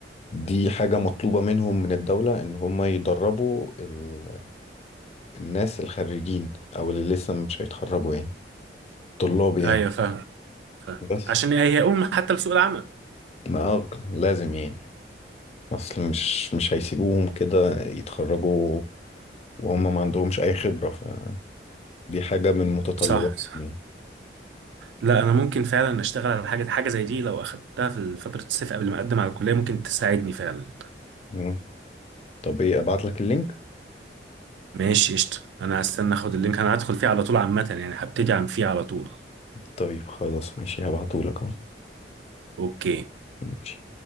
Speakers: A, on the left (about 35°); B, on the right (about 85°).
A: دي حاجة مطلوبة منهم من الدولة ان هم يدربوا ال... الناس الخريجين او اللي لسه مش هيتخرجوا يعني طلاب يعني
B: أيوة فاهم فاهم
A: بس
B: عشان هي أم حتى لسوق العمل
A: ما آه، لازم يعني اصل مش مش هيسيبوهم كده يتخرجوا وهم ما عندهمش اي خبرة فدي حاجة من متطلباتهم
B: صح صح
A: يعني
B: لا أنا ممكن فعلا أشتغل على حاجة حاجة زي دي لو أخدتها في فترة الصيف قبل ما أقدم على الكلية ممكن تساعدني فعلا
A: مم. طب ايه ابعت لك اللينك
B: ماشي قشطة أنا هستنى أخد اللينك أنا هدخل فيه على طول عامة يعني هبتدي عن فيه على طول
A: طيب خلاص ماشي هبعته لك اهو
B: أوكي
A: ماشي